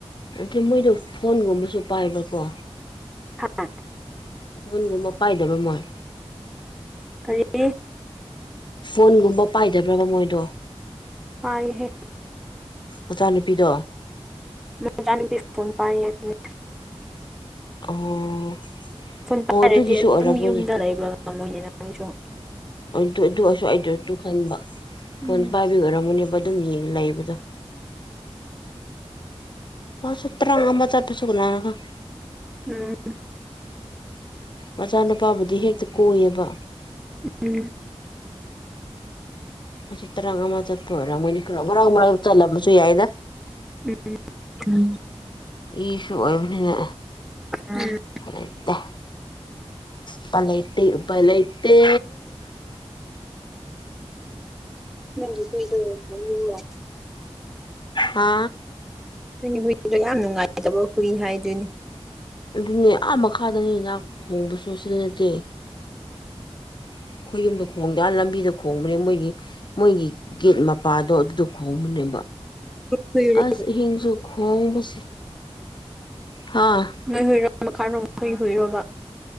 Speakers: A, on the left; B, in the centre.
A: ꯑꯗ ꯃꯣꯏꯗ ꯐꯣꯟꯒꯨꯝꯕꯁꯨ ꯄꯥꯏꯕ꯭ꯔꯥꯀꯣ
B: ꯍꯥꯥ
A: ꯐꯣꯟꯒꯨꯝꯕ ꯄꯥꯏꯗꯕ ꯃꯣꯏ
B: ꯀꯔꯤ
A: ꯐꯣꯟꯒꯨꯝꯕ ꯄꯥꯏꯗꯕ꯭ꯔꯕ ꯃꯣꯏꯗꯣ
B: ꯄꯥꯏꯍꯦ
A: ꯃꯆꯥ ꯅꯨꯨꯄꯤꯗꯣ
B: ꯃꯆꯥꯅꯨꯄꯤ ꯐꯣꯟ ꯄꯥꯏꯌꯦ ꯍꯥꯏꯕꯅꯦ
A: ꯑꯣ
B: ꯐꯣꯟ ꯄꯥꯏꯔꯗꯤ
A: ꯑꯗꯨꯒꯤꯁꯨ
B: ꯑꯗꯨꯝ
A: ꯑꯣꯏꯔꯝꯒꯅꯤ
B: ꯌꯨꯝꯗ ꯂꯩꯕ ꯀꯥꯝꯕꯨ ꯅꯤꯅ ꯃꯣꯏꯅꯤꯁꯨ
A: ꯑꯗꯨ ꯑꯗꯨ ꯑꯣꯏꯁꯨ ꯑꯩꯗꯣ ꯑꯗꯨ ꯈꯟꯕ ꯐꯣꯟ
B: ꯎꯝ
A: ꯄꯥꯏꯕꯒꯤ ꯑꯣꯏꯔꯝꯒꯅꯤꯕ ꯑꯗꯨꯝ ꯌꯦꯡꯉ ꯂꯩꯕꯗꯣ ꯃꯥꯁꯨ ꯇꯔꯥꯡ ꯑꯃ ꯆꯠꯄꯁꯨ ꯀꯥꯅꯥꯅ ꯈꯪ
B: ꯎꯝ
A: ꯃꯆꯥꯅꯨꯄꯥꯕꯨꯗꯤ ꯍꯦꯛꯇ ꯀꯣꯏꯌꯦꯕ
B: ꯎꯝ
A: ꯑ ꯇꯔꯪ ꯑꯃ ꯆꯠꯄ ꯑꯣꯏꯔꯝꯒꯅꯤ ꯃꯣꯏꯅꯤ ꯈꯥ ꯃꯔꯥꯡ ꯃꯔꯥꯡ ꯃꯠꯂꯝꯕꯁꯨ ꯌꯥꯏꯗ
B: ꯎꯝ ꯎꯝ
A: ꯏꯁꯨ ꯑꯣꯏꯕꯅꯤꯅ
B: ꯎꯝ
A: ꯎꯄꯥꯏꯂꯩꯇꯦ ꯎꯄꯥꯏꯂꯩꯇꯦ ꯎꯄꯥꯏꯂꯩ ꯇꯦ
B: ꯅꯪꯒꯤꯗꯤ ꯑꯗꯨꯝ <unintelligible>
A: ꯍꯥ
B: ꯍꯨꯏꯗꯣ ꯌꯥꯝ ꯅꯨꯡꯉꯥꯏꯇꯕ ꯍꯨꯏ ꯍꯥꯏꯗꯣꯏꯅꯦ
A: ꯑꯗꯨꯅꯦ ꯑꯥ ꯃꯈꯥꯗꯅꯤ ꯍꯥꯛ ꯍꯣꯡꯕꯁꯨ ꯁꯤꯗ ꯅꯠꯇꯦ ꯑꯩꯈꯣꯏꯌꯨꯝꯗ ꯈꯣꯡꯗ ꯂꯝꯕꯤꯗ ꯈꯣꯡꯕꯅꯦ ꯃꯣꯏꯒꯤ ꯃꯣꯏꯒꯤ ꯒꯦꯠ ꯃꯄꯥꯗꯣ ꯑꯗꯨꯗ ꯈꯣꯡꯕꯅꯤ
B: ꯍꯨꯏꯔꯣ
A: ꯑꯁ ꯑꯍꯤꯡꯁꯨ ꯈꯣꯡꯕꯁꯤ ꯍꯥꯥ
B: ꯅꯣꯏ ꯍꯨꯏꯔꯣ ꯃꯈꯥꯔꯣꯝ ꯈꯣꯏ ꯍꯨꯏꯔꯣꯕ